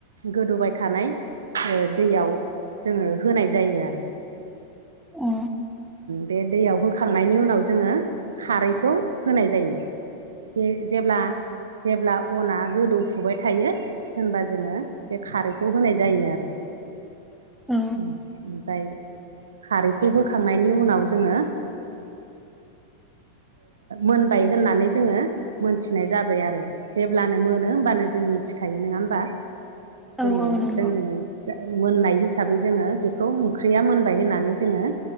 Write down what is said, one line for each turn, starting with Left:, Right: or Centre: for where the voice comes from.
Right: गोदौबाय थानाय दैयाव जोङो होनाय जायो आरो
Centre: अ
Right: बे दैयाव होखांनायनि उनाव जोङो खारैखौ होनाय जायो जे जेब्ला जेब्ला अना गोदौफुबाय थायो होनबा जोङो बे खारैखौ होनाय जायो आरो
Centre: औ
Right: ओमफ्राय खारैखौ हो होखांनायनि उनाव जोङो मोनबाय होननानै जोङो मोनथिनाय जाबाय आरो जेब्लानो मोनो होमबानो जों मिथिखायो नङा होमबा
Centre: औ
Right: जोङो
Centre: औ नंगौ
Right: जोंनि जा मोननाय हिसाबै जोङो बेखौ ओंख्रिया मोनबाय होननानै जोङो